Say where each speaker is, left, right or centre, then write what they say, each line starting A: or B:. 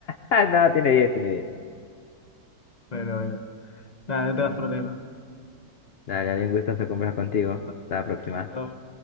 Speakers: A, on the left (about 65°); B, on the left (about 30°).
A: ah, no, tiene diez tiene diez
B: Pero bueno, nada, no te das problema.
A: Dale, dale, un gustazo conversar contigo.
B: Chao,
A: Hasta la próxima.
B: chao.